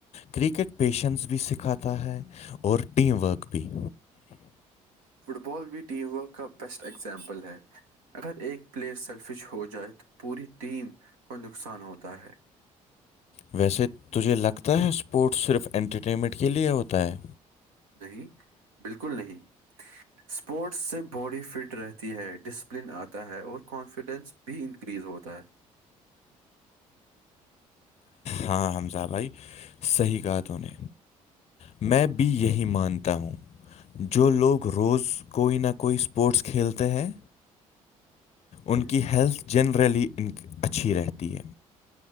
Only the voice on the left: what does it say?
کرکٹ پیشنس بھی سکھاتا ہے اور ٹیم ورک بھی
ویسے تجھے لگتا ہے اسپورٹس صرف انٹرٹینمنٹ کے لیے ہوتا ہے
ہاں حمزاہ بھائی صحیح کہا تو نے میں بھی یہی مانتا ہوں جو لوگ روز کوئی نہ کوئی اسپورٹس کھیلتے ہیں ان
کی ہیلتھ جنرلی اچھی رہتی ہے